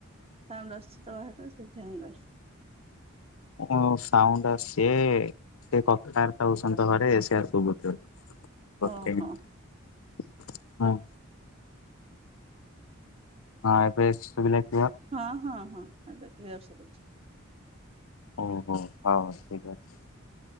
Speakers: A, on the right (about 30°); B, on the left (about 85°).
A: ସାଉଣ୍ଡ ଆସୁଚି ତ ବାହାରୁ, ସେଇଥି ପାଇଁ <unintelligible>
B: କଣ ସାଉଣ୍ଡ ଆସୁଚି? <unintelligible> ଗୋଟେ
A: ଓହୋ
B: ମିନିଟ୍, ହଁ। ହଁ, ଏବେ ଶୁବିଲା କ୍ଳିଅର?
A: ହଁ ହଁ ହଁ, ଏବେ କ୍ଳିଅର ଶୁବୁଚି।
B: ଓହୋ, ହଁ <unintelligible>